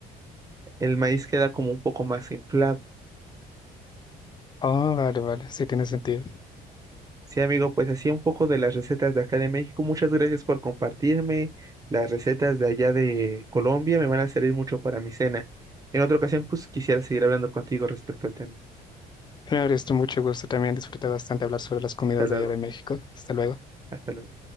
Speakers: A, on the right; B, on the left.
A: El maíz queda como un poco más inflado.
B: Oh, vale, vale, sí tiene sentido.
A: Sí, amigo, pues así un poco de las recetas de acá de México. Muchas gracias por compartirme las recetas de allá de Colombia. Me van a servir mucho para mi cena. En otra ocasión, pues quisiera seguir hablando contigo respecto al tema.
B: Claro, esto mucho gusto. También disfruté bastante hablar sobre las comidas
A: Hasta luego.
B: de allá de México. Hasta luego.
A: Hasta luego.